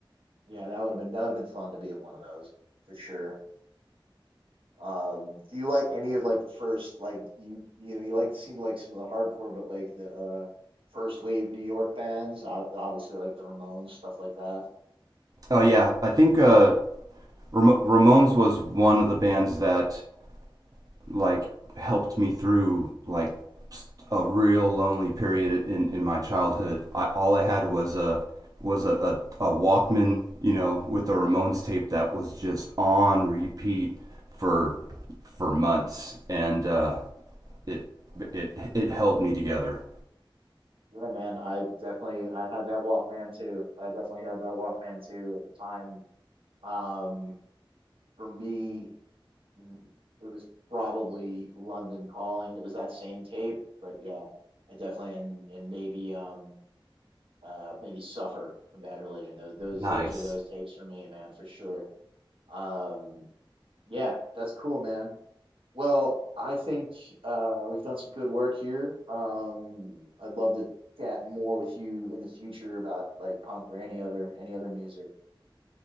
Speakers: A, on the right; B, on the right.
A: Yeah, that would have been that would have been fun to be at one of those for sure. Um, do you like any of like the first like you you know you like seem to like some of the hardcore but like the uh first wave New York bands, ob- obviously like the Ramones, stuff like that.
B: Oh yeah, I think uh Ram- Ramones was one of the bands that like helped me through like a real lonely period in, in my childhood. I, all I had was a was a, a, a Walkman, you know, with a Ramones tape that was just on repeat for for months, and uh, it it it held me together.
A: Yeah, man, I definitely I had that Walkman too. I definitely had that Walkman too at the time. Um, for me, mm, it was probably London Calling. It was that same tape, but yeah, I definitely and and maybe um uh, maybe suffer from Bad Religion. Those those
B: Nice.
A: those were those tapes for me, man, for sure. Um, yeah, that's cool, man. Well, I think uh, we've done some good work here. Um, I'd love to chat more with you in the future about like punk or any other any other music.